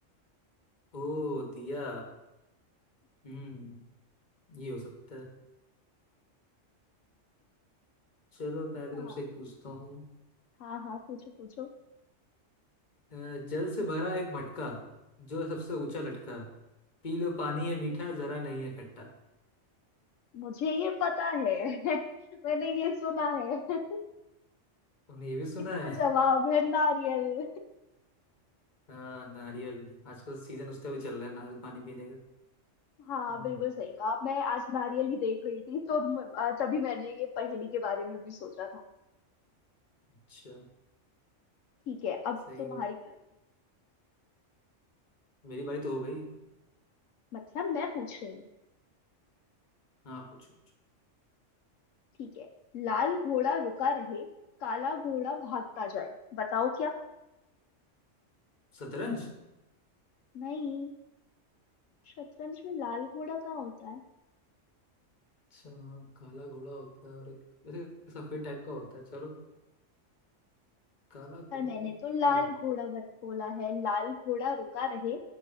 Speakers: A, on the left; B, on the left.
A: ओ दिया हम्म ये हो सकता है चलो मैं भी
B: हाँ
A: तुमसे एक पूछता हूँ
B: हाँ हाँ पूछो पूछो
A: अ, जल से भरा एक मटका जो सबसे ऊंचा लटका पी लो पानी है मीठा जरा नहीं है खट्टा
B: मुझे ये पता है <laughs> मैंने ये सुना है <laughs>
A: तुमने ये भी सुना
B: इसका
A: है
B: जवाब है नारियल
A: हाँ नारियल आजकल सीजन उसका भी चल रहा है नारियल पानी पीने का
B: <laughs> हाँ
A: हम्म
B: बिल्कुल सही कहा मैं आज नारियल ही देख रही थी तो म- अ, तभी मैंने ये पहेली के बारे में भी सोचा था
A: अच्छा
B: ठीक है अब
A: सही
B: तुम्हारी
A: है
B: बारी
A: मेरी बारी तो हो गई
B: मतलब मैं पूछ रही हूँ
A: हाँ पूछो पूछो
B: ठीक है लाल घोड़ा रुका रहे काला घोड़ा भागता जाए बताओ क्या
A: शतरंज
B: नहीं शतरंज में लाल घोड़ा कहाँ होता है
A: अच्छा हाँ, काला घोड़ा होता है और एक वैसे एक सफेद टाइप का होता है चलो काला
B: पर
A: घोड़ा
B: मैंने तो लाल
A: अरे
B: घोड़ा बत बोला है लाल घोड़ा रुका रहे